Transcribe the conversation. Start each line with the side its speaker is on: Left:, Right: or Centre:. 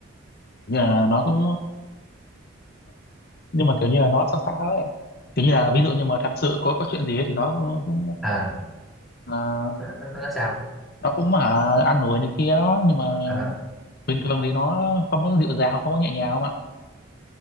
Left: Như là nó cũng nhưng mà kiểu như là nó sao sao ấy. Kiểu như là ví dụ như mà thật sự có có chuyện gì ấy, thì nó cũng cũng,
Centre: Ờ,
Left: ờ,
Centre: nó, nó, nó nó sao
Left: nó cũng hả ăn nổi này kia đó, nhưng mà
Centre: ờ,
Left: bình thường thì nó không có dịu dàng, không có nhẹ nhàng không ạ.